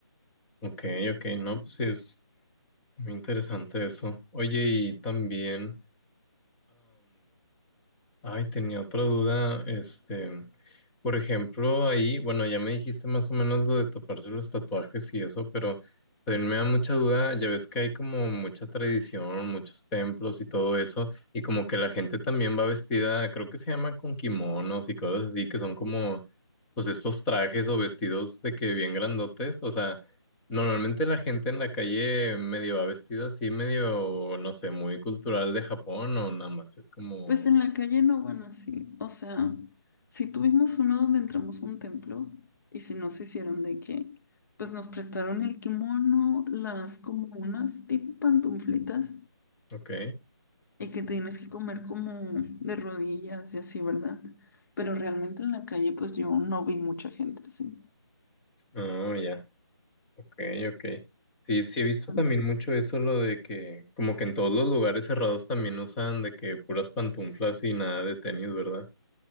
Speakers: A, in the centre; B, on the left.
A: Ok, ok, no, pues sí es muy interesante eso. Oye, y también, Ay, tenía otra duda, este, por ejemplo, ahí, bueno, ya me dijiste más o menos lo de taparse los tatuajes y eso, pero también me da mucha duda, ya ves que hay como mucha tradición, muchos templos y todo eso, y como que la gente también va vestida, creo que se llama con kimonos y cosas así, que son como, pues estos trajes o vestidos de que bien grandotes, o sea, normalmente la gente en la calle medio va vestida así, medio, no sé, muy cultural de Japón o nada más, es como...
B: pues en la calle no van así. O sea, si tuvimos uno donde entramos a un templo y si nos hicieron de qué, pues nos prestaron el kimono, las como unas tipo pantuflitas
A: Ok,
B: y que tienes que comer como de rodillas y así, ¿verdad? Pero realmente en la calle, pues yo no vi mucha gente así.
A: oh, ya, ok, ok. Sí, sí he visto
B: Ah,
A: también mucho eso, lo de que como que en todos los lugares cerrados también usan de que puras pantuflas y nada de tenis, ¿verdad?